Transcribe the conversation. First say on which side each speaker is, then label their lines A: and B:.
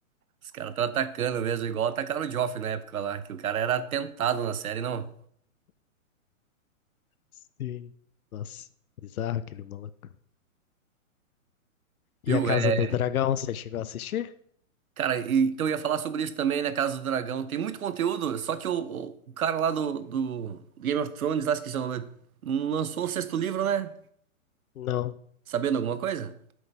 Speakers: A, on the right; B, on the left.
A: Os caras estão atacando mesmo, igual atacaram o Joffrey na época lá, que o cara era atentado na série, não.
B: Sim, nossa, bizarro aquele maluco.
A: Viu?
B: E a Casa
A: É,
B: do Dragão, você chegou a assistir?
A: cara, e- então eu ia falar sobre isso também na Casa do Dragão. Tem muito conteúdo, só que o, o- o cara lá do, do Game of Thrones, lá esqueci o nome, não lançou o sexto livro, né?
B: Não,
A: Sabendo alguma coisa?